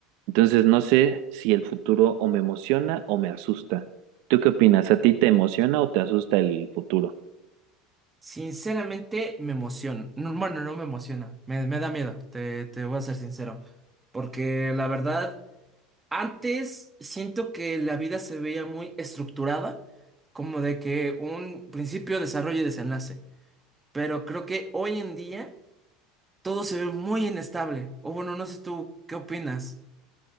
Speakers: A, on the right; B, on the right.
A: Entonces no sé si el futuro o me emociona o me asusta. ¿Tú qué opinas? ¿A ti te emociona o te asusta el futuro?
B: Sinceramente me emociona. No, bueno, no me emociona, me, me da miedo, te, te voy a ser sincero. Porque la verdad... Antes siento que la vida se veía muy estructurada, como de que un principio, desarrollo y desenlace. Pero creo que hoy en día todo se ve muy inestable. O bueno, no sé tú, ¿qué opinas?